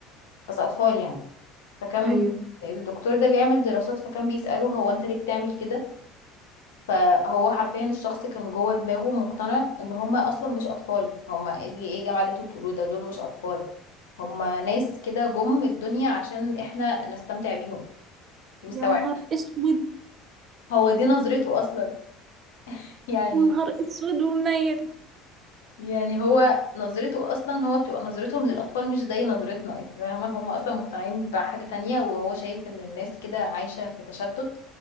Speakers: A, on the left (about 80°); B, on the right (about 40°).
A: بس اطفال يعني فكان
B: ايوه
A: الدكتور ده بيعمل دراسات فكان بيسأله هو انت ليه بتعمل كده فهو حرفيا الشخص كان جوه دماغه مقتنع ان هما اصلا مش اطفال هما إيه اللي ايه يا جماعة اللي انتوا بتقولوه ده دول مش اطفال هما ناس كده جم الدنيا عشان احنا نستمتع بيهم دي مستوعب
B: يا نهار اسود
A: هو دي نظرته اصلا <laughs> يعني
B: يا نهار اسود ومنيل
A: يعني هو نظرته اصلا هو بتبقى نظرتهم للاطفال مش زي نظرتنا انت فاهمه هم اصلا مقتنعين بحاجه تانية وهو شايف ان الناس كده عايشه في تشتت